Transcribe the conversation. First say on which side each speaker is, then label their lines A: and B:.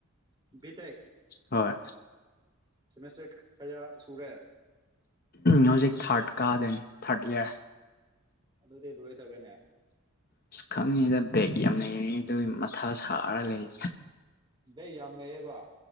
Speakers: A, on the right (about 20°); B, on the left (about 45°).
A: ꯕꯤꯇꯦꯛ
B: ꯍꯣꯏ
A: ꯁꯦꯃꯤꯁꯇꯔ ꯀꯌꯥ ꯁꯨꯔꯦ
B: ꯍꯧꯖꯤꯛ ꯊꯥꯔꯠ ꯀꯥꯗꯣꯏꯅꯤ ꯊꯥꯔꯠ ꯏꯌꯥꯔ
A: ꯑꯗꯨꯗꯤ ꯂꯣꯏ ꯇꯧꯔꯦꯅꯦ
B: ꯑꯁ ꯈꯪꯉꯤꯉꯤꯗ ꯕꯦꯒ ꯌꯥꯝ ꯂꯩꯔꯤꯉ ꯑꯗꯨꯒꯤ ꯃꯊꯥ ꯁꯥꯔ ꯂꯩ
A: ꯀꯩꯌꯥꯝꯅꯩꯌꯦꯕ